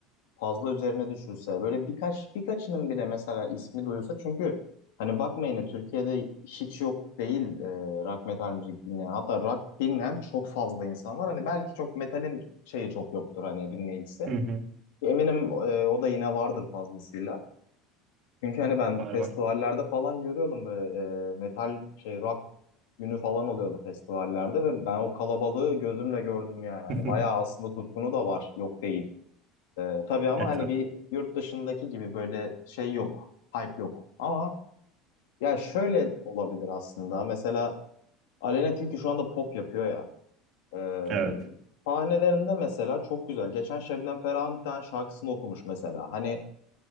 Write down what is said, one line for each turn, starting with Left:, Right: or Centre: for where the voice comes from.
Left: fazla üzerine düşülse böyle birkaç birkaçının bile mesela ismi duyulsa çünkü hani bakmayın ya, Türkiye'de hiç yok değil e, rock metal müzik dinleyen hatta rock dinleyen çok fazla insan var hani belki çok metalin şeyi çok yoktur hani dinleyicisi
Right: Hı hı.
Left: eminim e, o da yine vardır fazlasıyla çünkü hani ben
Right: Var
Left: festivallerde
Right: var.
Left: falan görüyordum böyle e, metal şey rock günü falan oluyordu festivallerde ve ben o kalabalığı gözümle gördüm yani hani
Right: <laughs>
Left: bayağı aslında tutkunu da var yok değil. Ee, tabii ama
Right: E
Left: hani
Right: tabii.
Left: bir yurt dışındaki gibi böyle şey yok. Hype yok. Ama ya şöyle olabilir aslında. Mesela Aleyna Tilki şu anda pop yapıyor ya. Ee,
Right: Evet.
Left: sahnelerinde mesela çok güzel. Geçen Şebnem Ferah'ın bir tane şarkısını okumuş mesela. Hani